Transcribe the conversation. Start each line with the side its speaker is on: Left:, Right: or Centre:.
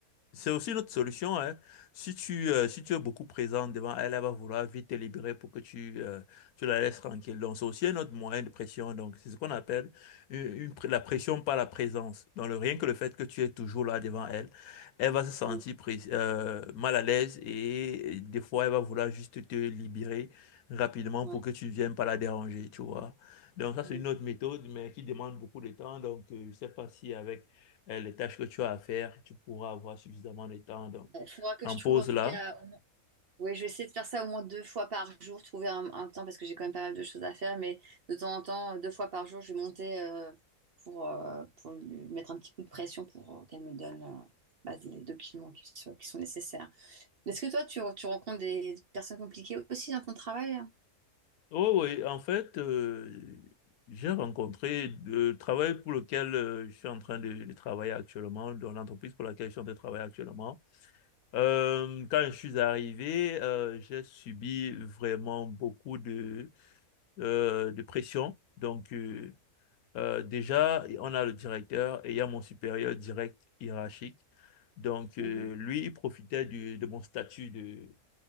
Left: c'est aussi une autre solution, hein. Si tu, euh, si tu es beaucoup présent devant elle, elle va vouloir vite te libérer pour que tu, euh, tu la laisses tranquille. Donc, c'est aussi un autre moyen de pression. Donc, c'est ce qu'on appelle une, une pr- la pression par la présence. Donc, le, rien que le fait que tu es toujours là devant elle, elle va se sentir
Right: Ouais,
Left: pré- euh, mal à l'aise et des fois, elle va vouloir juste te libérer rapidement
Right: ouais,
Left: pour que tu ne viennes pas la déranger, tu vois. Donc, ça,
Right: ouais.
Left: c'est une autre méthode, mais qui demande beaucoup de temps. Donc, euh, je sais pas si avec euh, les tâches que tu as à faire, tu pourras avoir suffisamment de temps donc,
Right: Il faudra que
Left: en
Right: je trouve
Left: pause
Right: en tout
Left: là.
Right: cas. Oui, je vais essayer de faire ça au moins deux fois par jour, trouver un, un temps parce que j'ai quand même pas mal de choses à faire, mais de temps en temps, deux fois par jour, je vais monter euh, pour, euh, pour lui mettre un petit coup de pression pour euh, qu'elle me donne euh, bah, les documents qui, so- qui sont nécessaires. Est-ce que toi, tu, re- tu rencontres des personnes compliquées aussi dans ton travail?
Left: Oh oui, en fait, euh, j'ai rencontré le travail pour lequel euh, je suis en train de, de travailler actuellement, dans l'entreprise pour laquelle je suis en train de travailler actuellement. Euh, quand je suis arrivé, euh, j'ai subi vraiment beaucoup de, euh, de pression. Donc, euh, euh, déjà, on a le directeur et il y a mon supérieur direct hiérarchique. Donc,
Right: Mhm,
Left: euh, lui, il profitait du- de mon statut de,